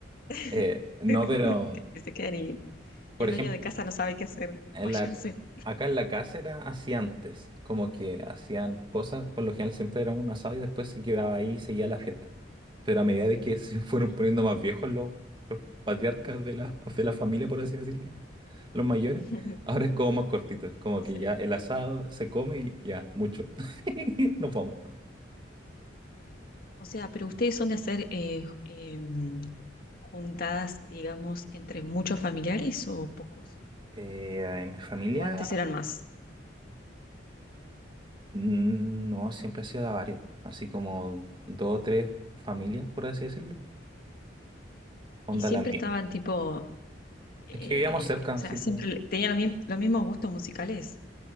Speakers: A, on the left (about 50°); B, on the right (about 25°).
A: <laughs>
B: Eh, no,
A: Que
B: pero,
A: se quedan y, y
B: por
A: el dueño
B: ejemplo,
A: de casa no sabe qué hacer. <laughs>
B: En
A: Váyanse.
B: la, acá en la casa era así antes, como que hacían
A: Ujú.
B: cosas, por lo general siempre era un asado y después se quedaba ahí y seguía la fiesta. Pero a medida de que <laughs> se fueron
A: Ajá.
B: poniendo más viejos los, los patriarcas de la, de la familia, por así decirlo, los mayores,
A: <laughs>
B: ahora es como más cortito, es como
A: Sí.
B: que ya el asado se come y ya, mucho. <laughs> Nos vamos.
A: O sea, pero ustedes son de hacer eh, em, juntadas, digamos, entre muchos familiares o pocos.
B: Eh, en mi familia,
A: O antes eran más.
B: mm, no, siempre ha sido de a varios, así como dos o tres familias, por así decirlo. Onda
A: Y siempre
B: la mía.
A: estaban tipo, eh,
B: Es que vivíamos cerca,
A: o
B: así
A: sea, siempre
B: que.
A: le- tenían los, mi- los mismos gustos musicales.